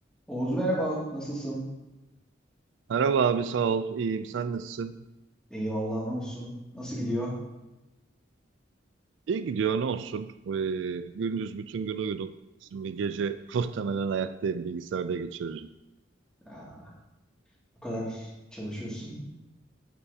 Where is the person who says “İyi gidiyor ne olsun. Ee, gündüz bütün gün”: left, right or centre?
Right